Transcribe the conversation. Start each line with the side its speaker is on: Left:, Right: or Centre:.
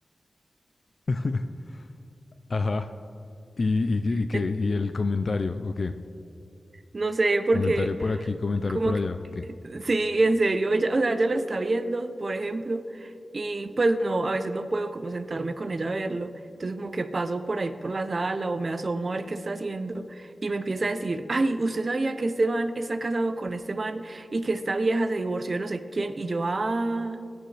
Left: <laughs> Ajá. ¿Y, y, y qué?
Right: En-
Left: ¿Y el comentario? ¿O qué?
Right: No sé, porque
Left: Comentario por aquí, comentario
Right: como
Left: por
Right: que,
Left: allá, ¿o qué?
Right: sí, en serio, ella, o sea, ella lo está viendo, por ejemplo, y pues no, a veces no puedo como sentarme con ella a verlo. Entonces como que paso por ahí por la sala o me asomo a ver qué está haciendo y me empieza a decir, ay, usted sabía que este man está casado con este man y que esta vieja se divorció de no sé quién, y yo, ah,